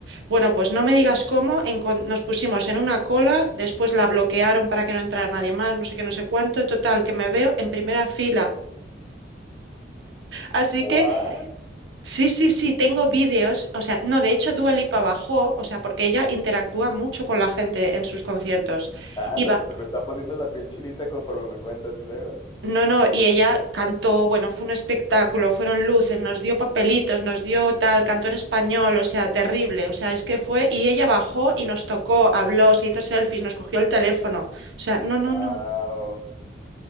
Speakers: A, on the right; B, on the left.
A: Bueno, pues no me digas cómo, encon- nos pusimos en una cola, después la bloquearon para que no entrara nadie más, no sé qué, no sé cuánto, total, que me veo en primera fila. Así
B: What?
A: que sí, sí, sí, tengo vídeos, o sea, no, de hecho Dua Lipa bajó, o sea, porque ella interactúa mucho con la gente en sus conciertos.
B: Anda,
A: Y, ba-
B: hasta se me está poniendo la piel chinita conforme me cuentas y luego.
A: No, no, y ella cantó, bueno, fue un espectáculo, fueron luces, nos dio papelitos, nos dio tal, cantó en español, o sea, terrible, o sea, es que fue, y ella bajó y nos tocó, habló, se hizo selfies, nos cogió el teléfono, o sea, no,
B: Wow.
A: no, no,